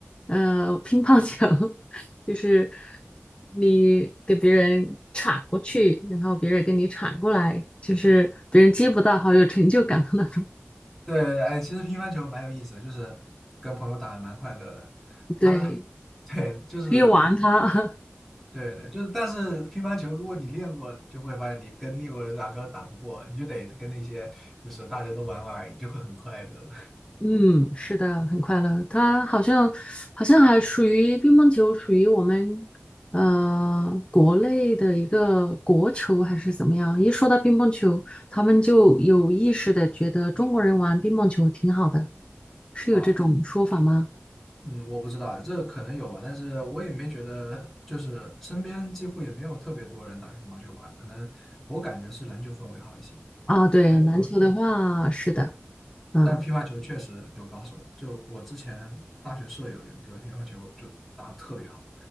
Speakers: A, on the left; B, in the centre.
A: 呃乒乓球，<laughs> 就是你给别人铲过去，然后别人给你铲过来，就是别人接不到，好有成就感的那种。
B: 对对对，哎，其实乒乓球蛮有意思的，就是跟朋友打蛮快乐的。他，
A: 对，
B: <laughs> 对，就是
A: 可以玩它。<laughs>
B: 对对，就是，但是乒乓球如果你练过，就会发现你跟练过的人打根本打不过，你就得跟那些就是大家都玩玩而已，你就会很快乐
A: 嗯，是的，很快乐。他好像好像还属于乒乓球，属于我们呃国内的一个国球还是怎么样？一说到乒乓球，他们就有意识的觉得中国人玩乒乓球挺好的，是有这种说法吗？
B: 啊。嗯，我不知道，这可能有吧，但是我也没觉得，就是身边几乎也没有特别多人打乒乓球吧，可能我感觉是篮球氛围好一些。
A: 啊，对，
B: 对，篮球。
A: 篮球的话是的，啊，
B: 但乒乓球确实有高手，就我之前大学舍友有一个乒乓球就打得特别好，